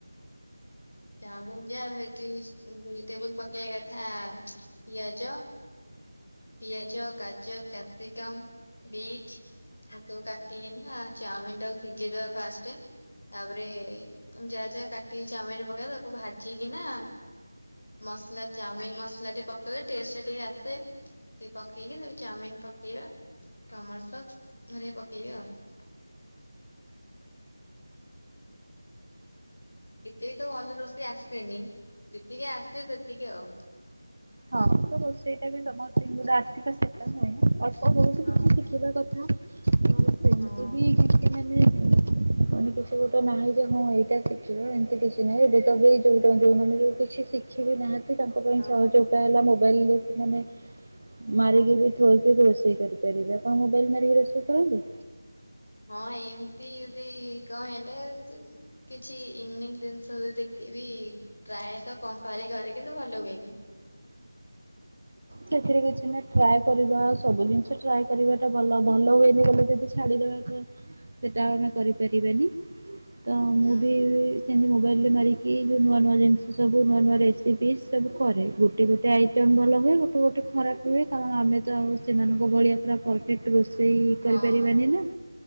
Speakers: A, on the left; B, on the right.
A: ଚାଉମିିନ୍ ଯାହା ଭେଜିଟେବୁଲ୍ ପକେଇବା କଥା ପିଆଜ ପିଆଜ, ଗାଜର, କ୍ୟାପ୍ସିକମ୍, ବିଟ୍। ଆକୁ ସବୁ କାଟିିକିନା ଚାଉମିନ୍ ଟାକୁ ସିଝେଇଦବା ଫାଷ୍ଟ। ତାପରେ ତମେ ଯାହା ଯାହା କାଟିିକି ଚାଉମିନ୍ ରେ ପକେଇବା ତାକୁ ଭାଜି ଭାଜି କିନା ମସଲା ଚାଉମିିନ ମସଲା ଟିକେ ପକେଇଲେ ଟେଷ୍ଟ ଟା ଟିକେ ଆସେ। ସେ ପକେଇକି ତାପରେ ଚାଉମିିନ ପକେଇବା ଟମୋଟ ସସ୍ ଘରିକା ପକେଇବା ଆଉ। ଏତେ ବି ତ ଭଲ ରୋଷେଇ ଆସେନି। ଯେତିକି ଆସେ ସେତିକି ଆଉ।
B: ହଁ ତ ରୋଷେଇଟା ବି ସମସ୍ତଙ୍କୁ ତ ଆସିବା ସେଟା ନୁହେଁ ନା, ଅଳ୍ପ ବହୁତ
A: ହଁ
B: କିଛି ଶିଖିବା କଥା। ହଁ, ମୁଁ ସେମିତି
A: ହଁ
B: ବି କି <unintelligible> ମାନେ କିଛି ଗୋଟେ ନାହିଁ ଯେ ହଁ ଏଇଟା ଶିଖିବ ଏମିତି କିଛି ନାହିଁ। <unintelligible> ଯୋଉ ଯୋଉମାନେ ବି କିଛି ଶିଖିବି ନାହାନ୍ତି ତାଙ୍କ ପାଇଁ ସହଜ।
A: ହଁ।
B: ଯଉଟା ହେଲା ମୋବାଇଲ ରେ ସେମାନେ ମାରିକି
A: ହଁ
B: ବି ଥୋଇ ରୋଷେଇ କରିପାରିବେ ଆପଣ ମୋବାଇଲ ମାରିକି ରୋଷେଇ କରନ୍ତି।
A: ହଁ ଏମିତି ଯଦି କଣ ହେଲେ ଚି କିଛି ଇନ ଜିନିଷ ଯ ଦେଖିବି ପ୍ରାୟତ କଣ ଘରେ କିନ୍ତୁ ଭଲ ହୁଏନି।
B: ସେଥିରେ କିଛି ନାହିଁ ଟ୍ରାଏ କରିବା ସବୁ ଜିନିଷ ଟ୍ରାଏ କରିବା ଟା ଭଲ ଭଲ ହୁଏନି ବୋଲି ଯଦି ଛାଡିଦବା ତ ସେଟା ଆମେ କରିପାରିବାନି। ତ
A: ହୁଁ।
B: ମୁଁ ବି ସେମିତି ମୋବାଇଲରେ ମାରିକି ଯଉ ନୂଆ ନୂଆ ଜିନିଷ ସବୁ ନୂଆ ନୂଆରେ ଦିଦି ସବୁ କରେ ଗୋଟେ ଗୋଟେ ଆଇଟମ ଭଲ ହୁଏ। ଗୋଟେ ଖରାପ ରୁହେ କାରଣ ଆମେ ତ ଆଉ ସେମାନଙ୍କ ଭଳିଆ ପୁରା ପରଫେକ୍ଟ ର ସେଇ
A: ହଁ
B: କରିପାରିବାନି ନା